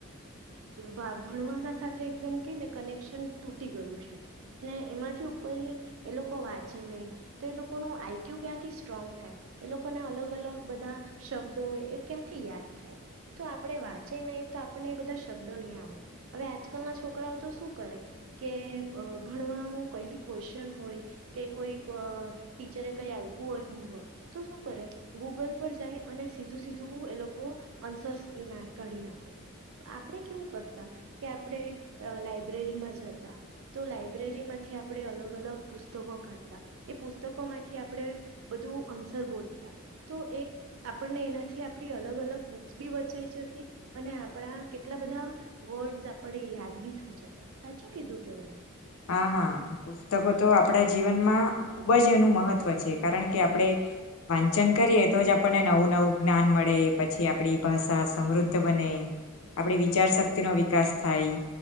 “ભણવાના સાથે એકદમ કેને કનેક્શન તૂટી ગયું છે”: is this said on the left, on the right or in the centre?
Right